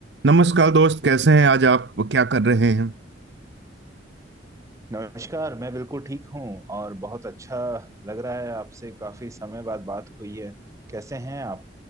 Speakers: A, on the right; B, on the right.
A: नमस्कार दोस्त कैसे हैं आज आप क्या कर रहे हैं
B: नमस्कार मैं बिल्कुल ठीक हूँ और बहुत अच्छा लग रहा है आपसे काफी समय बाद बात हुई है कैसे हैं आप